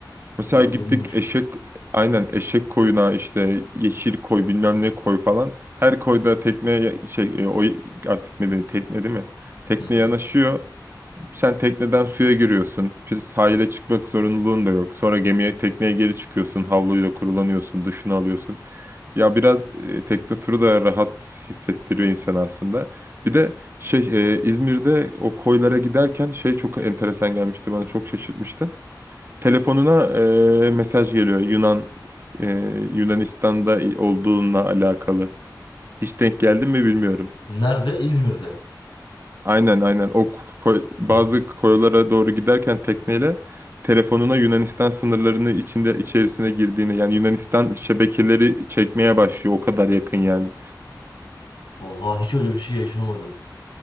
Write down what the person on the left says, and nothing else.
Uygunmuş.
Hı hı.
Nerede? İzmir'de.
Oha hiç öyle bir şey yaşamadım.